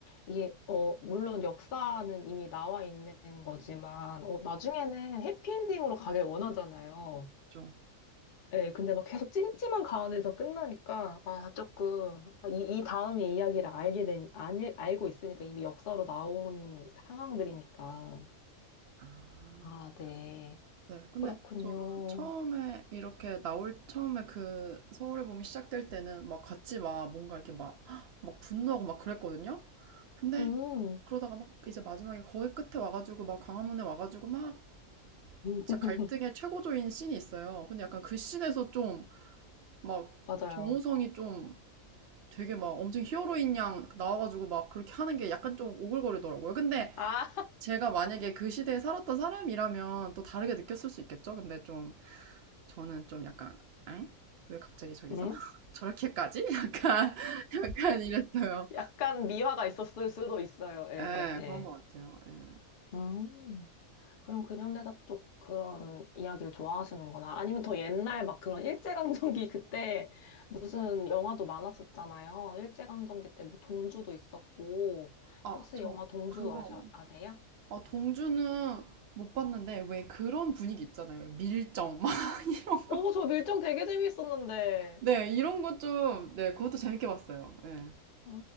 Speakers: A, on the left; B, on the right.
A: 이게, 어, 물론 역사는 이미 나와 있는 거지만, 어, 나중에는 해피엔딩으로 가길 원하잖아요.
B: 그죠.
A: 예, 근데 막 계속 찜찜한 가운데서 끝나니까, 아, 조금, 아, 이, 이 다음의 이야기를 알게 되니, 알, 알고 있으니까 이미 역사로 나온 상황들이니까.
B: 아.
A: 아, 네.
B: 네, 근데
A: 그렇군요.
B: 저도 처음에 이렇게 나올 처음에 그 서울의 봄이 시작될 때는 막 같이 막 뭔가 이렇게 막, 헉, 막 분노하고 막 그랬거든요. 근데
A: 음,
B: 그러다가 막 이제 마지막에 거의 끝에 와가지고 막 광화문에 와가지고 막
A: <laughs>
B: 진짜 갈등의 최고조인 씬이 있어요. 근데 약간 그 씬에서 좀 막
A: 맞아요.
B: 정우성이 좀 되게 막 엄청 히어로인 양 나와가지고 막 그렇게 하는 게 약간 좀 오글거리더라고요. 근데
A: 아,
B: 제가 만약에 그 시대에 살았던 사람이라면 또 다르게 느꼈을 수 있겠죠? 근데 좀 저는 좀 약간 엥? 왜 갑자기
A: <laughs>
B: 저기서?
A: 음?
B: <laughs> 저렇게까지? 약간 <laughs> 약간 이랬어요.
A: 약간 미화가 있었을 수도 있어요. 예,
B: 예,
A: 예, 예.
B: 그런 것 같아요. 예.
A: 음. 그럼 근현대사 쪽 그런 이야기를 좋아하시는구나. 아니면 더 옛날 막 그런 일제강점기 <laughs> 그때 무슨 영화도 많았었잖아요. 일제강점기 때 뭐 동주도 있었고.
B: 아,
A: 혹시
B: 저
A: 영화 동주
B: 그거.
A: 아셔, 아세요?
B: 아, 동주는 못 봤는데 왜 그런 분위기 있잖아요. 밀정 막 <laughs> 이런
A: 오,
B: 거.
A: 저 밀정 되게 재밌었는데.
B: 네, 이런 것 좀, 네, 그것도 재밌게 봤어요. 예.
A: 어,